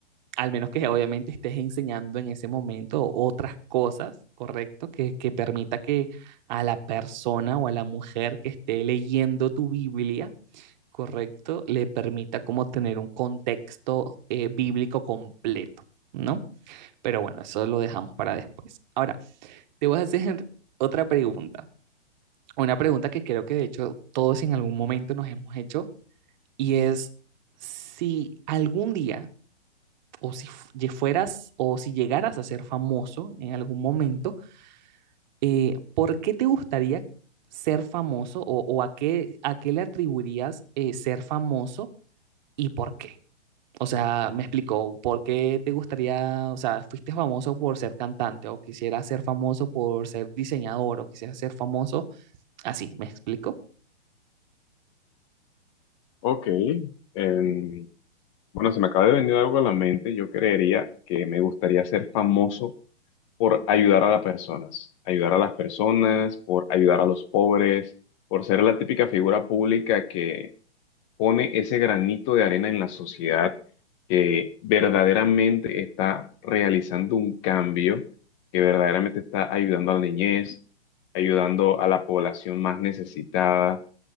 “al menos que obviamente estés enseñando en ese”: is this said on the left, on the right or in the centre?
Right